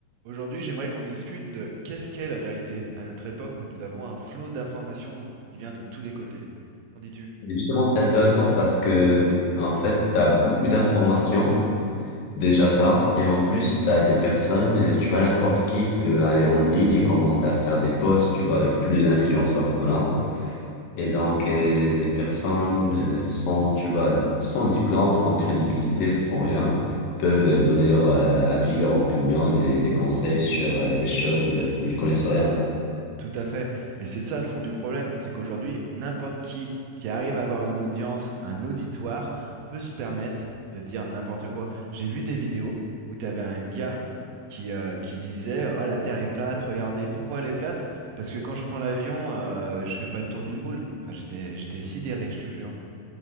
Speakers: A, on the right; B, on the left.
A: Aujourd'hui, j'aimerais qu'on discute de qu'est-ce qu'est la vérité à notre époque où nous avons un flot d'informations qui vient de tous les côtés. Qu'en dis-tu?
B: Justement, c'est intéressant parce que, en fait, tu as beaucoup d'informations, déjà ça, et en plus, tu as des personnes, euh, tu vois, n'importe qui peut aller en ligne et commencer à faire des posts, tu vois, avec tous les influenceurs qu'on a. Et donc, euh, des personnes euh, sans, tu vois, sans diplôme, sans crédibilité, sans rien, peuvent euh, donner leur euh, avis, leur opinion et des conseils sur euh, des choses euh, où ils connaissent rien.
A: Tout à fait. Et c'est ça le fond du problème, c'est qu'aujourd'hui, n'importe qui qui arrive à avoir une audience, un auditoire, peut se permettre de dire n'importe quoi. J'ai vu des vidéos où tu avais un gars qui, euh, qui disait, Oh, la Terre est plate, regardez, pourquoi elle est plate? Parce que quand je prends l'avion, euh, je fais pas le tour d'une boule. Enfin, j'étais, j'étais sidéré, je te jure.